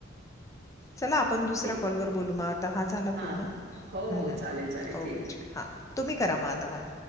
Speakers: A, on the left (about 15°); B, on the right (about 55°).
A: चला आपण दुसऱ्या
B: ठीक
A: कॉलवरर बोलू मग आता हा झाला
B: हां.
A: पूर्ण.
B: हो,
A: हम्म
B: हो.
A: हम्
B: चालेल, चालेल.
A: ओकेच
B: ठीक आहे.
A: हा तुम्ही करा मग आता मला.